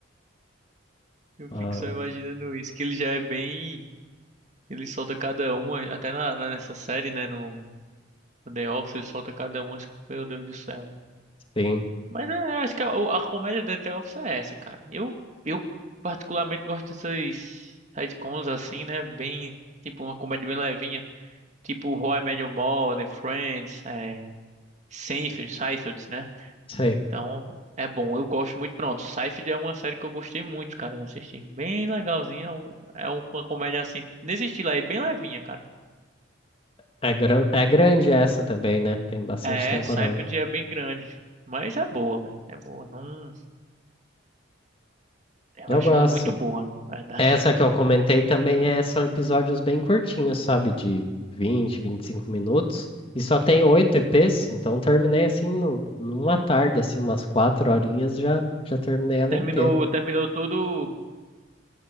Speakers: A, on the right; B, on the left.
A: Eu
B: Ah,
A: fico só imaginando isso, que ele já é bem Ele solta cada uma, até na, na- nessa série, né? No, no The Office, ele solta cada uma, acho que- meu Deus do céu.
B: sim,
A: Mas é, eu acho que a, a comédia da The Office é essa, cara. Eu, eu particularmente gosto dessas sitcoms assim, né? Bem, tipo, uma comédia bem levinha. Tipo How I Met Your Mother, Friends, é, Seinfeld, Seinfeld, né?
B: sim.
A: Então, é bom. Eu gosto muito. Pronto, Seinfeld é uma série que eu gostei muito, cara, de assistir. Bem legalzinha. É um- é uma comédia assim, nesse estilo aí, bem levinha, cara.
B: É, gran é grande essa também, né? Tem bastante
A: É,
B: temporada.
A: sai pro dia bem grande. Mas é boa, velho. É boa. Não... Eu
B: Eu
A: acho
B: gosto.
A: ela muito boa, na verdade.
B: Essa que eu comentei também é, são episódios bem curtinhos, sabe? De vinte, vinte e cinco minutos. E só tem oito EPs, então terminei assim no, numa tarde, assim, umas quatro horinhas já, já terminei
A: <laughs>
B: ela
A: Terminou,
B: inteira.
A: terminou tudo.